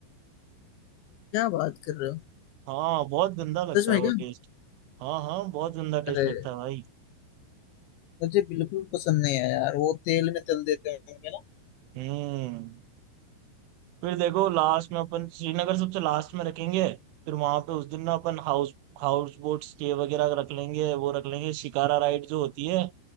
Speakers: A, on the left; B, on the right.
A: क्या बात कर रहे हो
B: हाँ बहुत गंदा लगता
A: सच में
B: है वो
A: क्या
B: टेस्ट हाँ हाँ बहुत गंदा टेस्ट
A: अरे
B: लगता है भाई
A: मुझे बिल्कुल पसंद नहीं है यार वो तेल में तल देते होंगे ना
B: हम्म फिर देखो लास्ट में अपन श्रीनगर सबसे लास्ट में रखेंगे फिर वहां पे उस दिन ना अपन हाउस हाउस बोट स्टे वगैरह रख लेंगे वो रख लेंगे शिकारा राइड जो होती है